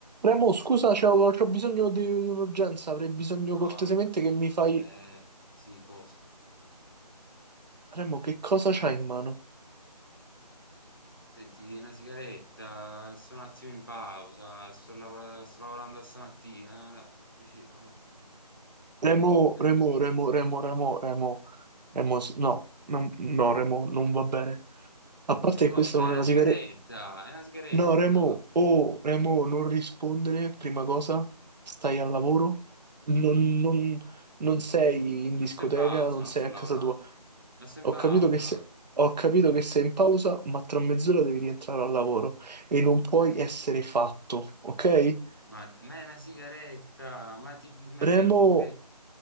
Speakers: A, on the right; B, on the left.
A: Remo, scusa, c'ho, c'ho bisogno di, di un'urgenza, avrei bisogno
B: No,
A: cortesemente
B: no. no.
A: che mi fai...
B: Eh, sì, cosa? Cosa?
A: Remo, che cosa c'hai in mano?
B: Senti, una sigaretta, sto un attimo in pausa, sto, lavora- sto lavorando a stamattina, dai, piacere, no? Quindi,
A: Remo,
B: no.
A: Remo, Remo, Remo, Remo, Remo, Remo, s- no, non- no, Remo, non va bene. A
B: E
A: parte
B: Che cosa?
A: che questa non
B: È una
A: è una sigaretta...
B: sigaretta, è una sigaretta,
A: No, Remo, oh, Remo, non rispondere, prima cosa, stai al lavoro, non, non non sei in
B: ma
A: discoteca,
B: sto in pausa,
A: non
B: non
A: sei
B: sto lavorando,
A: a casa tua.
B: ma sto in
A: Ho
B: pausa,
A: capito che sei, ho capito che sei in pausa, ma tra mezz'ora devi rientrare al lavoro e non puoi
B: eh,
A: essere fatto, ok?
B: ma, ma è una sigaretta, ma, ti, ma
A: Remo,
B: te, che ti,